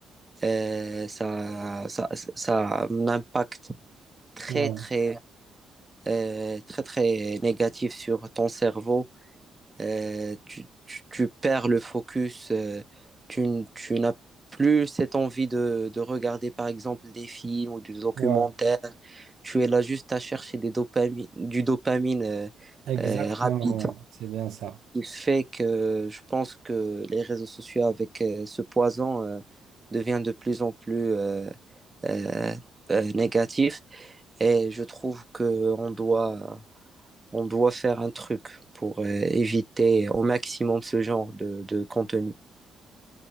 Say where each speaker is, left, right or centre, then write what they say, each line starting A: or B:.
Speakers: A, on the right (about 20°); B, on the right (about 75°).
A: euh, ça, ça, ça a un impact très,
B: Ouais,
A: très, euh, très, très négatif sur ton cerveau Euh, tu, tu- tu perds le focus, euh, tu, n- tu n'as plus cette envie de, de regarder par exemple des films ou des documentaires,
B: ouais,
A: tu es là juste à chercher des dopami- du dopamine euh,
B: exactement.
A: euh, rapide,
B: ouais. C'est bien ça.
A: ce qui fait que je pense que les réseaux sociaux avec euh, ce poison euh, devient de plus en plus euh, euh, euh, négatif et je trouve qu'on doit on doit faire un truc pour euh, éviter au maximum ce genre de, de contenu.